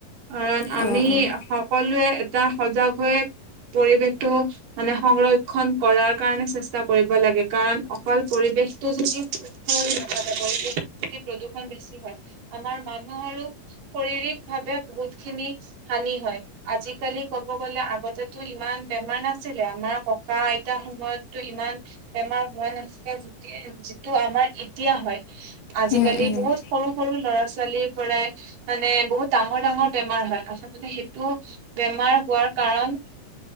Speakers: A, on the right; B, on the left.
A: কাৰণ
B: অ',
A: আমি
B: অ'।
A: সকলোৱে এটা সজাগ হৈ পৰিৱেশটো মানে সংৰক্ষণ কৰাৰ কাৰণে চেষ্টা কৰিব লাগে কাৰণ অকল পৰি ব্যস্ত প্ৰদূষণ বেছি হয় আমাৰ মানুহ আৰু শাৰীৰিক ভাৱে বহুত খিনি হয় আজিকালি কব গলে আগতেটো ইমান বেমাৰ নাছিলে আমাৰ ককা আইতা সময়তটো ইমান বেমাৰ হোৱা নাছিল যিটো আমাৰ এতিয়া হয় আজিকালি
B: উম, উম।
A: বহুত সৰু সৰু ল'ৰা ছোৱালীৰ পৰাই মানে বহুত ডাঙৰ ডাঙৰ বেমাৰ হয় আচলতে সেইটো বেমাৰ হোৱাৰ কাৰণ